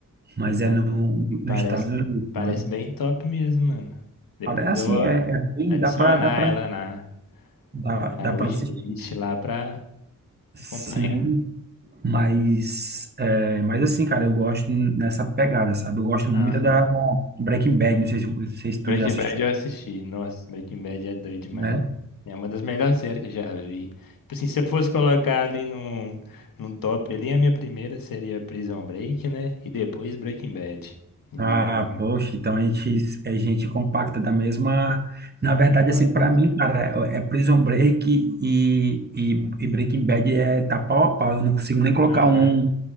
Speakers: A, on the right; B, on the left.
A: mas é
B: Não,
A: no, nos
B: parece,
A: Estados Unidos,
B: parece
A: sabe?
B: bem top mesmo, mano. Depois
A: Cara, É assim,
B: eu vou
A: é, é bem-
B: adicionar
A: dá pra, dá pra,
B: ela na,
A: dá,
B: na minha
A: dá pra
B: wishlist
A: assistir.
B: lá pra
A: Sim,
B: acompanhar.
A: mas, é, mas assim, cara, eu gosto nessa pegada, sabe? Eu gosto muito
B: Aham.
A: da Breaking Bad, não sei se, não sei se tu
B: Breaking
A: já assistiu,
B: Bad eu assisti. Nossa, Breaking Bad é doido demais.
A: né?
B: É uma das melhores séries que eu já vi. Tipo assim, se eu fosse colocar ali num, num top ali, a minha primeira seria Prison Break, né? E depois Breaking Bad. Em nível
A: Ah,
B: de
A: poxa, então a gente, a gente compacta da mesma. Na verdade,
B: de qualidade.
A: assim, pra mim, cara, é é Prison Break e, e, e Breaking Bad é tá pau a pau. Eu não consigo nem colocar
B: Aham.
A: um